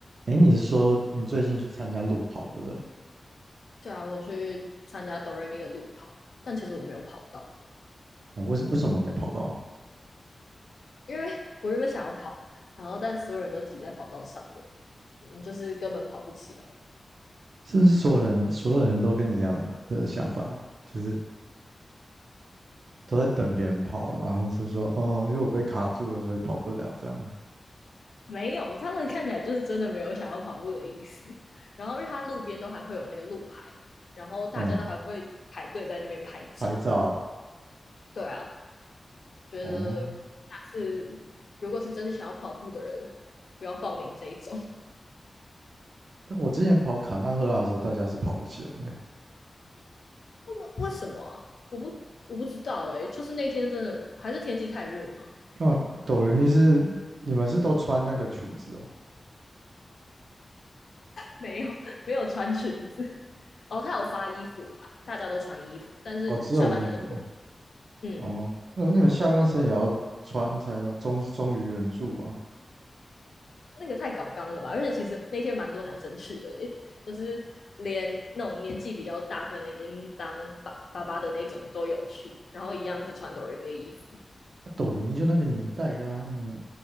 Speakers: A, on the right; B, on the left.
A: 哎，你是说你最近去参加路跑，对不对？
B: 对啊，我去参加哆瑞咪的路跑，但其实我没有跑到，
A: 我为为什么没跑到？
B: 因为我原本想要跑，然后但所有人都挤在跑道上面，你就是根本跑不起来。
A: 是不是所有人所有人都跟你一样的的想法，就是都在等别人跑，然后是说哦，因为我被卡住了，所以跑不了这样。
B: 没有，他们看起来就是真的没有想要跑步的意思。然后因为它路边都还会有那个路牌，然后大家都还会排队在那边拍照。
A: 嗯，拍照
B: 对啊，觉得下次如果是真的想要跑步的人，
A: 哦。
B: 不要报名这一种。
A: 但我之前跑卡纳赫拉的时候，大家是跑得起来的。
B: 那么为什么啊？我不我不知道哎、欸就是那天真的还是天气太热吗？
A: 干嘛？哆瑞咪是你们是都穿那个裙子哦？
B: 没有 <laughs> 没有穿裙子。哦，他有发衣服吧，大家都穿衣服，但是下半身就
A: 哦，只有衣服哦。
B: 嗯，
A: 哦那你们下半身也要穿才有忠忠于原著啊。
B: 那个太搞纲了吧？而且其实那天蛮多男生去的耶，就是连那种年纪比较大，可能已经当爸爸爸的那种都有去，然后一样是穿哆瑞咪的衣服。
A: 那哆瑞咪就那个年代的啊，你